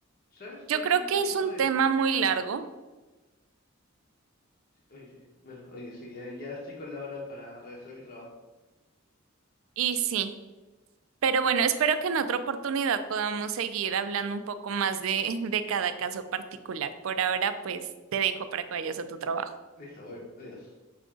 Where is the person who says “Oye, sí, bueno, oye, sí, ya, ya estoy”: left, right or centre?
Left